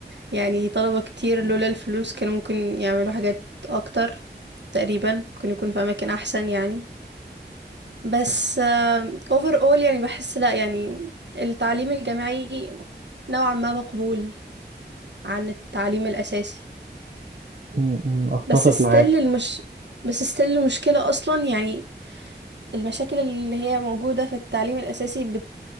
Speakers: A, on the right; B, on the right.
A: يعني طلبة كتير لولا الفلوس كانوا ممكن يعملوا حاجات اكتر تقريبا ممكن يكون في اماكن احسن يعني بس اوفر اول يعني بحس لا يعني التعليم الجامعي نوعا ما مقبول عن التعليم الاساسي
B: م- م، أتفق
A: بس ستيل
B: معاك
A: المش بس ستيل المشكلة اصلا يعني المشاكل اللي هي موجودة في التعليم الاساسي بت...